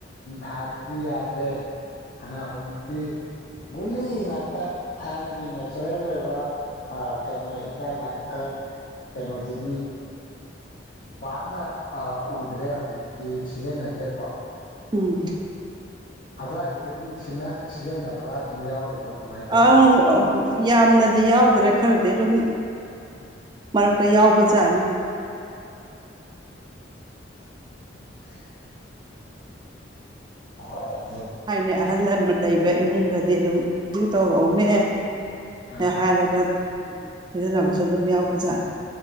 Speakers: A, on the left (about 45°); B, on the right (about 25°).
A: ꯊꯥꯗ꯭ꯔꯗꯤ ꯌꯥꯗ꯭ꯔꯦ ꯍꯅ ꯍꯧꯖꯤꯛꯇꯤ ꯒꯨꯂꯤ ꯉꯥꯛꯇ ꯊꯥꯏꯅꯒꯤ ꯅꯦꯆꯔꯦꯜ ꯑꯣꯏꯕ ꯀꯩꯅꯣ ꯍꯤꯗꯥꯛ ꯂꯥꯡꯊꯛ ꯀꯩꯅꯣꯁꯤꯗꯤ ꯄꯥꯛꯅ ꯑ ꯎꯗ꯭ꯔꯦ ꯍꯧꯖꯤꯛꯇꯤ ꯁꯤꯖꯤꯟꯅꯗ꯭ꯔꯦꯀꯣ
B: ꯎꯝ
A: ꯑꯗꯨꯋꯥꯏꯗꯨꯗꯗꯤ ꯁꯤꯖꯤꯟꯅꯕ ꯑꯗꯨꯝ ꯌꯥꯎꯔꯤꯕ꯭ꯔꯥ ꯀꯃꯥꯏꯅ ꯇꯧꯒꯦ
B: ꯑꯪ ꯌꯥꯝꯅꯗꯤ ꯌꯥꯎꯗ꯭ꯔꯦ ꯈꯔꯗꯤ ꯑꯗꯨꯝ ꯃꯔꯛꯇ ꯌꯥꯎꯕꯖꯥꯠꯅꯤ
A: <unintelligible> ꯍꯣꯢ
B: ꯊꯥꯢꯅ ꯑꯍꯜ ꯂꯃꯟ ꯂꯩꯕ ꯏꯃꯨꯡꯗꯗꯤ ꯑꯗꯨꯝ ꯑꯗꯨ ꯇꯧꯔꯛꯎꯅꯦ
A: ꯑꯥ
B: ꯍ ꯍꯥꯏꯔꯒ ꯁꯤꯖꯤꯟꯅꯕꯁꯨ ꯑꯗꯨꯝ ꯌꯥꯎꯕꯖꯥꯠꯅꯤ